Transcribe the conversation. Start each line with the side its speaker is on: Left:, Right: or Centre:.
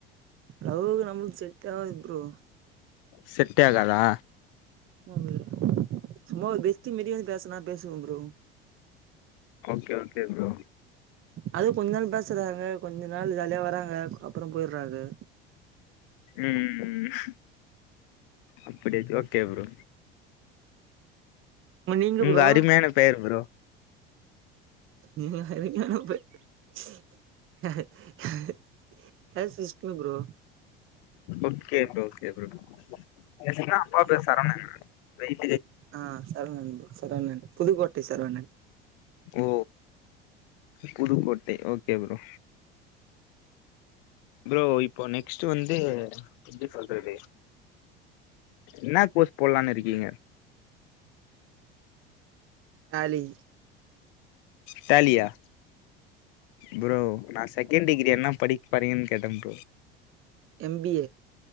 Right: லவ்வுக்கு நம்மளுக்கு செட்டாகாது புரோ
Left: செட்டே ஆகாதா
Right: <unintelligible> சும்மா ஒருபெஸ்ட்டி மாரி பேசுனா பேசுவ புரோ
Left: ஓக்கே ஓக்கே புரோ
Right: அது கொஞ்சோ நாள் பெஸ்ராங்க கொஞ்சோ நாள் ஜாலியா வராங்க ங்க அப்ரோ போயிறாக
Left: ம்ம் ம் அப்டி ஓக்கே புரோ
Right: ஆமா நீங்க
Left: உங்க
Right: ப்ரோ
Left: அருமையான பெயர் bro
Right: <inaudible> <inaudible> <unintelligible> bro
Left: okay bro okay pro <unintelligible> அப்பா பேரு சரவணனா
Right: ஆஹ் சரவணன் ப்ரோ சரவணன் புதுக்கோட்டை ச சரவணன்
Left: ஓ புதுக்கோட்டை ஓக்கே புரோ புரோ இப்போ நெக்ஸ் ட்டு வந்து எப்படி சொல்றது என்ன கோர்ஸ் போடலானு இருக்கீங்க
Right: டாலி
Left: டேலியா ப்ரோ நா செகண்ட் டிகிரி என்ன படிக்க போறீங்கன்னு கேட்ட ப்ரோ
Right: எம் பிஏ